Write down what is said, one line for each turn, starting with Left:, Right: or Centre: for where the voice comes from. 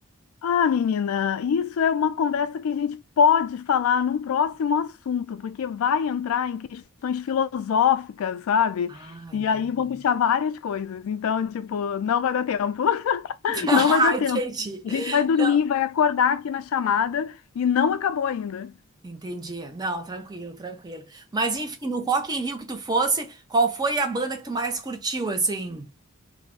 Left: Ah, menina, isso é uma conversa que a gente pode falar num próximo assunto, porque vai entrar em questões filosóficas, sabe?
Right: Ah,
Left: E
Right: entendi.
Left: aí vão puxar várias coisas. Então, tipo, não vai dar tempo. <laughs>
Right: <laughs> Ah,
Left: Não vai dar tempo.
Right: entendi.
Left: A gente vai dormir,
Right: Não,
Left: vai acordar aqui na chamada e não acabou ainda.
Right: entendi. Não, tranquilo, tranquilo. Mas enfim, no Rock in Rio que tu fosse, qual foi a banda que tu mais curtiu, assim?